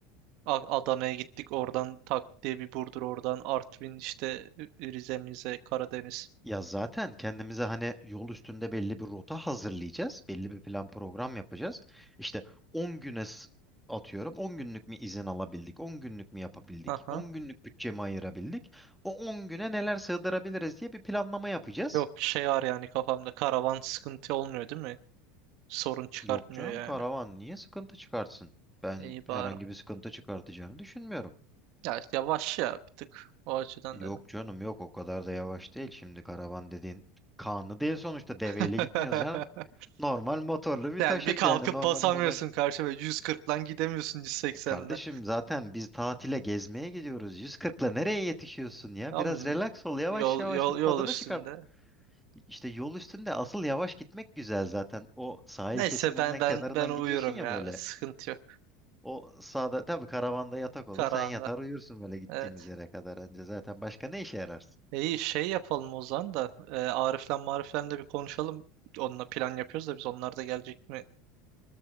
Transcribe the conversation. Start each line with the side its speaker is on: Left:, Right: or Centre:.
Right: A- Adana'ya gittik oradan tak diye bir Burdur oradan Artvin işte Ü- Rize Mize Karadeniz.
Centre: Ya zaten kendimize hani yol üstünde belli bir rota hazırlayacağız. Belli bir plan program yapacağız. İşte 10 güne s- atıyorum. on günlük mi izin alabildik? on günlük mü yapabildik?
Right: Aha.
Centre: on günlük bütçemi ayırabildik? O 10 güne neler sığdırabiliriz diye bir planlama yapacağız.
Right: Yok şey var yani kafamda karavan sıkıntı olmuyor değil mi? Sorun çıkartmıyor
Centre: Yok canım
Right: yani.
Centre: karavan niye sıkıntı çıkartsın? Ben
Right: İyi bari.
Centre: herhangi bir sıkıntı çıkartacağını düşünmüyorum.
Right: Ya yavaş ya bir tık o açıdan
Centre: Yok
Right: dedim.
Centre: canım yok o kadar da yavaş değil. Şimdi karavan dediğin kanlı değil sonuçta deveyle
Right: <laughs>
Centre: gitmiyoruz ya. Normal motorlu bir
Right: Yani
Centre: taşıt
Right: bir kalkıp
Centre: yani normal
Right: basamıyorsun
Centre: arabayla.
Right: karşı ve 140'lan gidemiyorsun 180'den.
Centre: E Kardeşim zaten biz tatile gezmeye gidiyoruz. 140'la nereye yetişiyorsun ya?
Right: Tamam
Centre: Biraz
Right: mı?
Centre: relax ol, yavaş
Right: Yol
Centre: yavaş
Right: yol yol
Centre: tadını
Right: üstünde.
Centre: çıkar. İşte yol üstünde asıl yavaş gitmek güzel zaten. O sahil
Right: Neyse
Centre: kesiminden
Right: ben ben
Centre: kenarından
Right: ben uyurum
Centre: gidiyorsun ya
Right: ya.
Centre: böyle.
Right: Sıkıntı yok.
Centre: O sağda tabii karavanda yatak olur.
Right: Karanlıkta.
Centre: Sen yatar uyursun böyle gittiğimiz
Right: Evet.
Centre: yere kadar önce. Zaten başka ne işe yararsın?
Right: E İyi şey yapalım o zaman da e, Arif'le Marif'le de bir konuşalım. Onunla plan yapıyoruz da biz onlar da gelecek mi?